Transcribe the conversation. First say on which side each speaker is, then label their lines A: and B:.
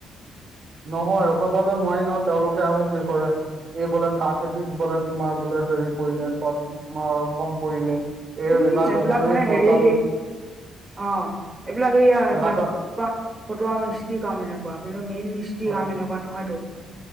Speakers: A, on the right; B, on the right.
A: নহয় <unintelligible> নোৱাৰি নহয়, তেওঁলোকে আকৌ পে' কৰে। এই বোলে কাঠ এপিছ বোলে, তোমাৰ বোলে হেৰি পৰিলে চৰ্ট আ কম পৰিলে। এই
B: উম,
A: এবাৰ
B: এইবিলাক
A: কব এই
B: মানে
A: গজাল
B: হেৰি অ' এইবিলাক হীয়া এইবিলাক
A: এবাৰ
B: ফটোৱা, ফটোৱা মিস্তিৰ কাম এনেকুৱা, কিন্তু মেইন মিস্ত্ৰীৰ
A: হয়
B: কাম এনেকুৱা নহয়তো।